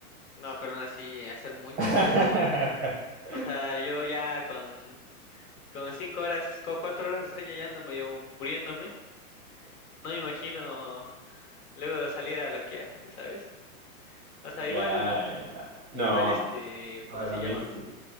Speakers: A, on the left; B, on the right.
A: No, pero aún así, ha de ser muy pesado,
B: <laughs>
A: ¿no? O sea, yo ya con Con cinco horas, con cuatro horas de sueño ya ando medio muriéndome. No me imagino luego salir a loquear, ¿sabes? O sea,
B: Ya,
A: igual,
B: ya. No,
A: igual este,
B: para
A: ¿cómo se llama?
B: mí sí.